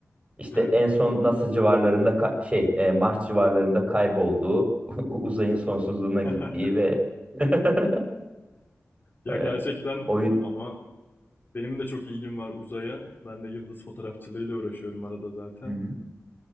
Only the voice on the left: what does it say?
Evet.
<laughs>
Ya
gerçekten
ama benim de çok ilgim var uzaya. Ben de yıldız fotoğrafçılığıyla uğraşıyorum arada zaten.